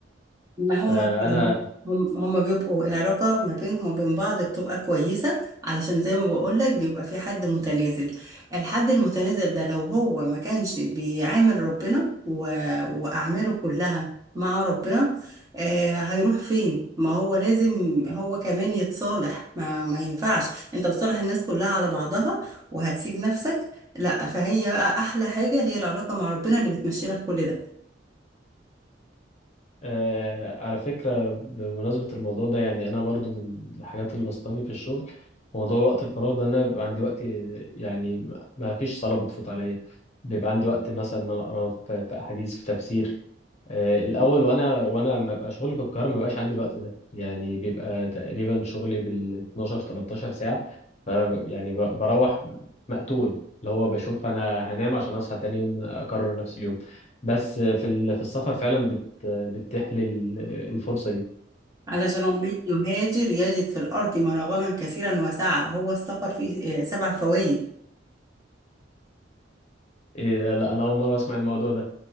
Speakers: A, on the right; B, on the left.
A: ما هما
B: فانا
A: كده هم هم- هما بيبقوا العلاقة ما بينهم وبين بعض بتبقى كويسة علشان زي ما بقولك بيبقى في حد متنازل الحد المتنازل ده لو هو ما كانش بيعامل ربنا و... وأعماله كلها مع ربنا آه هيروح فين ما هو لازم هو كمان يتصالح ما, ما ينفعش انت بتصالح الناس كلها على بعضها وهتسيب نفسك لا فهي بقى أحلى حاجة هي العلاقة مع ربنا اللي بتمشي لك كل ده
B: آه، على فكره بمناسبه الموضوع ده يعني انا برضو من الحاجات اللي بسطاني في الشغل في موضوع وقت الفراغ ده ان انا بيبقى عندي وقت يعني ما ما فيش صلاه بتفوت عليا بيبقى عندي وقت مثلا ان انا اقرا في في احاديث في تفسير آه، الاول وانا وانا لما ببقى شغلي في القاهره ما بيبقاش عندي الوقت ده يعني بيبقى تقريبا شغلي بال 12 13 ساعه ف يعني ب- بروح مقتول اللي هو بشوف انا هنام عشان اصحى تاني يوم اكرر نفس اليوم بس في ال- في السفر فعلا بت بتتيح لي ال- الفرصه دي
A: علشان ومن يهاجر يجد في الأرض مراغما كثيرا وسعة هو السفر فيه آه، سبع فوائد
B: إيه ده؟ لا انا اول مره اسمع الموضوع ده